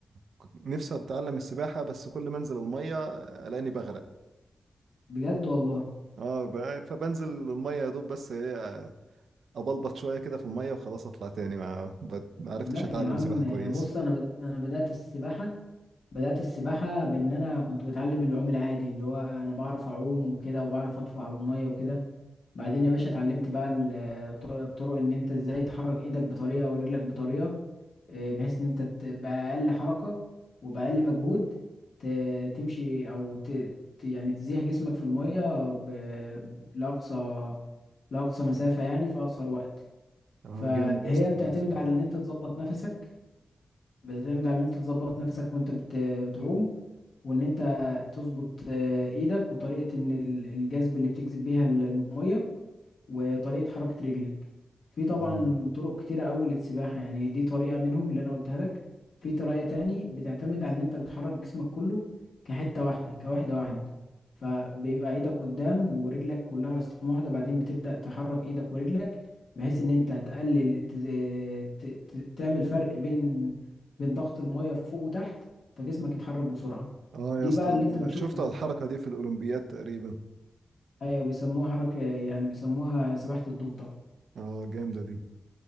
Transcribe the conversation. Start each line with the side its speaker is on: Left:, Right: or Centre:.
Right: كنت نفسي اتعلم السباحة بس كل ما انزل المية الاقيني بغرق
Left: بجد والله
Right: اه ب- فبنزل المية يا دوب بس ايه ابلبط شوية كده في المية وخلاص اطلع تاني ما ب- ما عرفتش
Left: لا
Right: اتعلم
Left: يا عم
Right: سباحة
Left: آه،
Right: كويس
Left: بص انا بد... انا بدأت السباحة بدأت السباحة بان انا كنت بتعلم العوم العادي اللي هو انا بعرف اعوم وكده وبعرف اطفو على المية وكده بعدين يا باشا اتعلمت بقى ال- آه، طر- الطرق ان انت ازاي تحرك ايدك بطريقة ورجلك بطريقة آه، بحيث ان انت ت- باقل حركة وباقل مجهود ت- تمشي او ت... ت- يعني تزيح جسمك في المية ب... لأقصى لأقصى مسافة يعني في أقصر وقت
Right: اه
Left: فهي
Right: جامد يا اسطى
Left: بتعتمد
Right: والله السباحة
Left: على ان انت تظبط نفسك بتعتمد على ان انت تظبط نفسك وانت بت... بتعوم وان انت تظبط آه، ايدك وطريقة ان ال- الجذب اللي بتجذب بيها ال- المية وطريقة حركة رجلك في طبعا
Right: اه
Left: طرق كتيرة قوي للسباحة يعني دي طريقة منهم اللي أنا قلتها لك في طريقة تاني بتعتمد على إن أنت بتحرك جسمك كله كحتة واحدة كوحدة واحدة فبيبقى إيدك قدام ورجلك كلها على استقامة واحدة بعدين بتبدأ تحرك إيدك ورجلك بحيث إن أنت تقلل التز... ت... ت... تعمل فرق بين بين ضغط المية فوق وتحت فجسمك يتحرك بسرعة
Right: اه
Left: دي
Right: يا اسطى
Left: بقى اللي أنت بتشوفها
Right: شفت الحركة دي في الأولمبياد تقريبا
Left: أيوة بيسموها حركة يعني بيسموها سباحة الضفدع
Right: اه جامدة دي